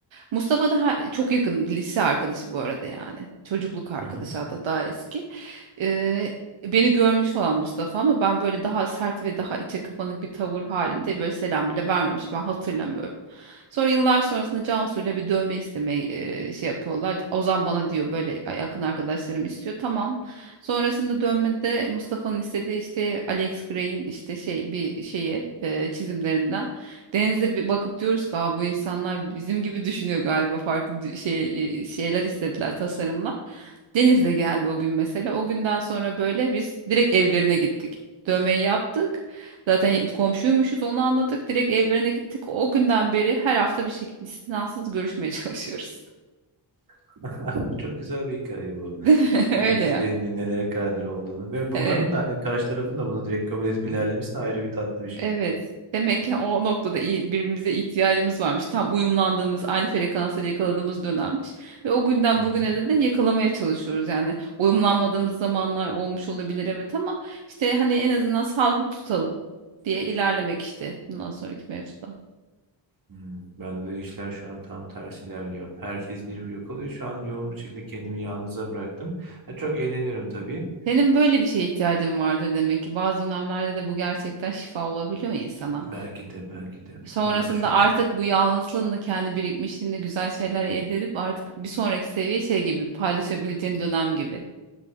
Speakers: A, on the right; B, on the right.
A: Mustafa da ha- çok yakın lise arkadaşı bu arada yani. Çocukluk arkadaşı
B: Hı hı.
A: hatta daha eski. Ee, beni görmüş falan Mustafa ama ben böyle daha sert ve daha içe kapanık bir tavır halinde böyle selam bile vermemiş. Ben hatırlamıyorum. Sonra yıllar sonrasında Cansu'yla bir dövme istemeye e, şey yapıyorlar. Ozan bana diyor böyle yakın arkadaşlarım istiyor. Tamam Sonrasında dönmede Mustafa'nın istediği işte Alex Gray'in işte şey bir şeyi e, çizimlerinden denize bir bakıp diyoruz ki "Aa, bu insanlar bizim gibi düşünüyor galiba farklı dü- şey e, şeyler istediler tasarımlar. Deniz de geldi o gün mesela. O günden sonra böyle biz direkt evlerine gittik. Dövmeyi yaptık. Zaten y- komşuymuşuz onu anladık. Direkt evlerine gittik. O günden beri her hafta bir şekilde istinasız görüşmeye çalışıyoruz.
B: <laughs> Bu Çok güzel bir hikaye bu.
A: <laughs> Değil mi? <laughs>
B: Alex
A: Öyle ya.
B: Gray'in de nelere kadir olduğunu ve bunların
A: Ee,
B: da hani karşı tarafın da bunu direkt kabul edip ilerlemesi de ayrı bir tatlı bir şey.
A: Evet. Demek ki o noktada iyi- birbirimize ihtiyacımız varmış. Tam uyumlandığımız, aynı frekansları yakaladığımız dönemmiş. Ve o günden
B: Hı
A: bugüne
B: hı.
A: de, de yakalamaya çalışıyoruz. Yani uyumlanmadığımız zamanlar olmuş olabilir evet ama işte hani en azından sağlıklı tutalım diye ilerlemek işte bundan sonraki mevzuda.
B: Hmm, Bende de işler şu an tam tersi ilerliyor. Herkes birbiri yok oluyor. Şu an yoğun bir şekilde kendimi yalnıza bıraktım. Ya çok eğleniyorum tabii.
A: Senin böyle bir şeye ihtiyacın vardır demek ki. Bazı dönemlerde de bu gerçekten şifa olabiliyor insana.
B: Belki de belki de
A: Sonrasında
B: ama şu
A: artık
B: an
A: bu yalnızlığınla kendi birikmişliğinle güzel şeyler elde edip artık bir sonraki seviye şey gibi paylaşabileceğin dönem gibi